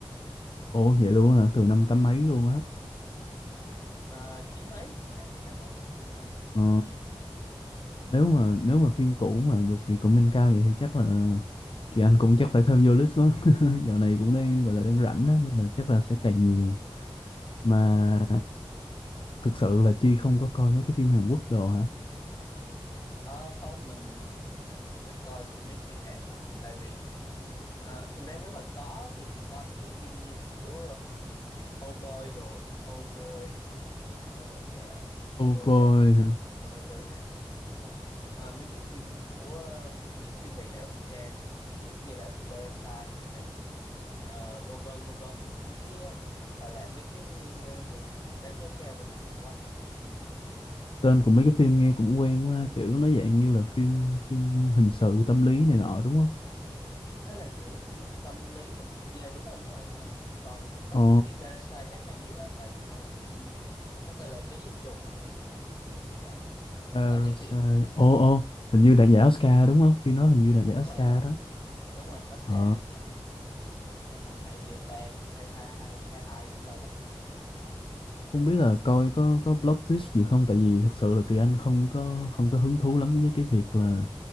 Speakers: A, on the left; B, on the left.
A: Ồ, vậy luôn hả? Từ năm tám mấy luôn á.
B: Ờ, chín mấy chín mấy không phải tám mấy đâu chín mấy
A: Ồ. nếu mà nếu mà phim cũ mà được recommend cao vậy thì chắc là Kỳ Anh cũng chắc phải thêm vô list quá <laughs> dạo này cũng
B: <laughs>
A: đang gọi là đang rảnh á, nên là chắc là sẽ cày nhiều mà thực sự là Chi không có coi mấy cái phim Hàn Quốc đồ hả
B: Ờ không mình không thích coi mấy phim Hàn lắm tại vì ờ, thực ra nếu mà có thì mình coi mấy cái phim như kiểu ờ, Old Boy đồ á. Old Boy rồi ờ, Memory
A: Oh boy
B: of
A: hả?
B: a Murders Ờ, mấy cái phim của mấy cái phim đầy ảo scam năm trước như là Parasite hay là ờ, vân vân vân vân nói chung mấy cái ờ, gọi là mấy cái ờ, được đánh giá cao về mặt hàn lâm
A: tên của mấy cái phim nghe cũng quen quá kiểu nó dạng như là phim phim hình sự tâm lý này nọ đúng không
B: nó là kiểu phim tâm lý hình sự yeah, đúng rồi đúng rồi đúng rồi còn có
A: Ồ
B: cái phim Parasite chắc bạn biết đó tại vì nó là phim nó tên là Ký sinh trùng á tiếng tiếng tiếng tiếng Anh
A: Parasite
B: à, tiếng Việt
A: Ồ ồ hình như đạt giải Oscar đúng không phim nó hình như đạt giải
B: đúng
A: Oscar
B: rồi đúng rồi
A: đó
B: đúng rồi Oscar
A: ờ
B: hai không à, hai không hai ba thì hai hai hai hai hai cũng lâu lắm rồi
A: Không biết là coi có có plot twist gì không tại vì thực sự là Kỳ Anh không có không có hứng thú lắm với cái việc là